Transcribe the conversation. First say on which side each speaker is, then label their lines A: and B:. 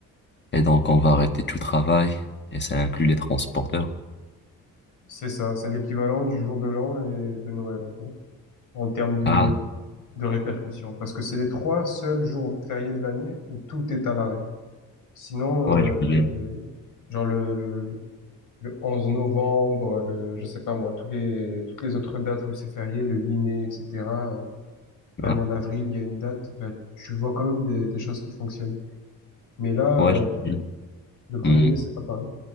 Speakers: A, on the left; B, on the left.
A: Et donc, on va arrêter tout travail et ça inclut les transporteurs.
B: C'est ça, c'est l'équivalent du jour de l'an et de Noël, en gros, en termes de,
A: Ah,
B: de répercussions. Parce que c'est les trois seuls jours fériés de l'année où tout est à l'arrêt. Sinon,
A: ouais,
B: euh,
A: je voulais.
B: les- genre le, le- le 11 novembre, le, je sais pas moi, tous les, toutes les autres dates où c'est férié, le 8 mai, etc. euh, Même
A: Ouais,
B: en avril, il y a une date, bah, tu vois quand même des, des choses qui fonctionnent. Mais là,
A: ouais,
B: euh,
A: je voulais.
B: le premier
A: Hum.
B: mai, c'est pas pareil.